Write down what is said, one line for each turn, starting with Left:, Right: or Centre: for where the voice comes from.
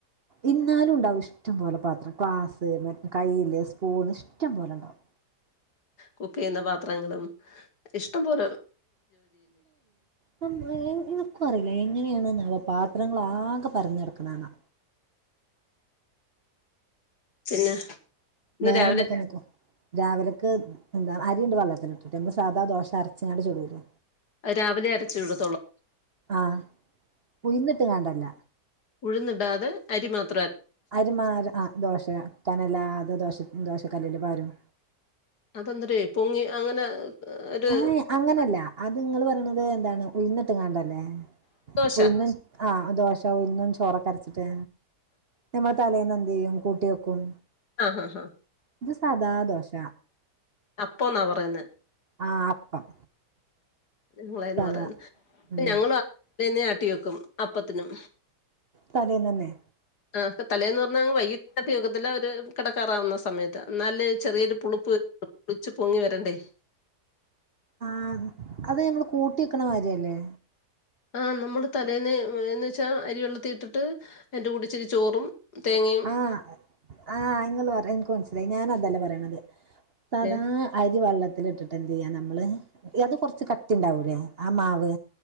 Right: ഇാലും ഉണ്ടാവും ഇഷ്ടം പോോലെ പാ ഗ്ലാസ് കൈയില് സ്പൂൺ ഇഷ്ടം പോലെ ഉണ്ടാവും
Left: കുക്ക് ചെയ്യുന്ന പാത്രങ്ങളും ഇഷ്ടംപലെ
Right: ഉണ്ട പറയില്ല എങ്ങനെയാണ് പാത്രങ്ങളാകെ പരഞ്ഞടക്കണന്നാ
Left: പിന്നെ ഇന്ന്
Right: വേറെ
Left: രാവിലെ
Right: എന്തൊക്ക രാവിലൊക്ക്െ എന്താ അരിയണ്ട് വള്ളത്തിലിട്ടിട്ട് നമ്മ സാ ദോശ അരച്ചിങ്ങാട് ചൊടുൂലോ
Left: രാവിലെ അരച്ചു ഇഴതോളൂ
Right: ആഹ കുയന്നിട്ട് കണ്ടല്ല
Left: ഉഴുന്ന്ടാതെ അരി മാത്ര
Right: അരുമാര ആ ദോശ കാനല്ലാതെ ദോഷ ദോശക്കല്ലിൽ പാരും
Left: അതോന്നൊര് പൊങ്ങി അങ്ങനെ ഒരു
Right: അയ് അങ്ങനല്ല അത്ങ്ങൾ പറണത് ന്താണ് ഉയ്ന്ന് ട്ട്കാണ്ടല്ലേ
Left: മരദോശ
Right: ഉയ്ന്ന് ച്ച് ആഹ ദോശ ഉഴുന്നും ചോറക്കരച്ചിട്ട് ഞമ്മൾ തലേന്ന് എന്തയ്യും കൂട്ടേക്കും
Left: ആ ആ ഹാ
Right: ഇത് സാദാ ദോശ
Left: പ്പോന്ന പറയുന്നെ
Right: ആഹ അപ്പം
Left: ഇങ്ങളെനുപറയുന്നേ
Right: സാദാ ഉം
Left: <unintelligible> ന്നെ അട്ടി വെക്കും അപ്പത്തിനും
Right: തലേന്നനെ
Left: ആഹ തലേന്നന്ന്പറഞ്ഞാ അങ്ങ് വൈകിട്ടേ ട്ടിവക്കത്തില്ല ഒരു കിടക്കാറാവുന്ന സമയത്ത് എന്നാലല്ലേ ചെറിയൊരു പുളിപ്പ് പുളിച്ച് പൊങ്ങി വരണ്ടേ
Right: ആഹ അത് യമ്മൾ കൂട്ടിക്കണമാതിരിയല്ലേ
Left: ആഹ് ന്നമ്മള് തലേന്ന് ന്ന്ച്ചാ അരിവെള്ളത്തി ഇട്ടിട്ട് അതിന്റെ കൂട്ടത്തി ഇിച്ചിരി ചോറും തേങ്ങയും
Right: ആ ആ ങ്ങള് പറി എനിക്ക് മനസിലായി ഞാനതല്ല പറയണത് സദാ
Left: ഏ,
Right: അരി വള്ള ല്ട്ടിട്ട് എന്ത്യ്യ നമ്മള് അത് കൊറച്ച് കട്ടിണ്ടാവൂല്ലേ ആ മാവ്